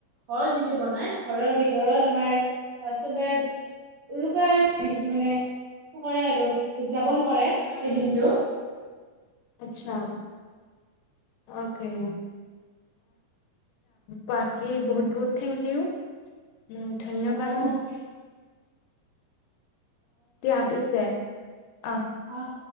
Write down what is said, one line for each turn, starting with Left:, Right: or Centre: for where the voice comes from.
Right: ঘৰ যিটো বনাই ঘৰৰ ভিতৰত আমাৰ চবে উৰুকাৰ মানে কৰে আৰু উদযাপন কৰে সেই দিনটো
Left: আচ্ছা অকে বাকি বহুত বহুত থেংক ইউ উম ধন্যবাদ
Right: অ
Left: দিয়া পিছে অ।
Right: অ